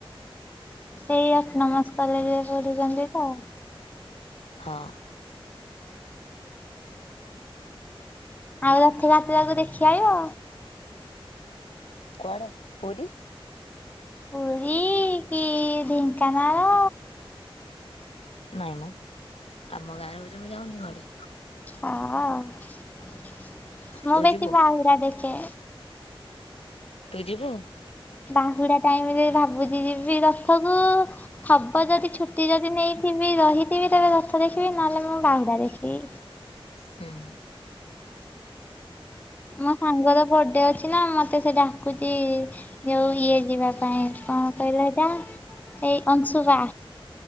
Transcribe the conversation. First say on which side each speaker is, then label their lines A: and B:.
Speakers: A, on the left; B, on the left.
A: ସେଇ ଅଟୋନମସ୍ କଲେଜ୍ ରେ ପଢ଼ୁଛନ୍ତି ତ।
B: ହଁ।
A: ଆଉ ରଥ ଯାତ୍ରାକୁ ଦେଖି ଆଇବ।
B: କୁଆଡ଼େ ପୁରୀ?
A: ପୁରୀ କି ଢେଙ୍କାନାଳ?
B: ନାଇଁ ମ ଆମ ଗାଁରେ ହଉଛି ମୁଁ ଯାଉନି କୁଆଡ଼େ?
A: ହଁ ଅ ମୁଁ
B: ତୁ
A: ବେଶୀ
B: ଯିବୁ
A: ବାହୁଡ଼ା ଦେଖେ।
B: ତୁ ଯିବୁ?
A: ବାହୁଡା ଟାଇମରେ ଭାବୁଛି ଯିବି ରଥକୁ ହବ ଯଦି ଛୁଟି ଯଦି ନେଇ ଥିବି ରହିଥିବି ତେବେ ରଥ ଦେଖିବି ନହେଲେ ମୁଁ ବାହୁଡା ଦେଖିବି।
B: ହୁଁ।
A: ମୋ ସାଙ୍ଗର ବର୍ଥଡେ ଅଛି ନା ମତେ ସେ ଡାକୁଛି ଯୋଉ ଇଏ ଯିବା ପାଇଁ କଣ କହିଲ ଏଇଟା ଏଇ ସେଇ ଅଂଶୁପା।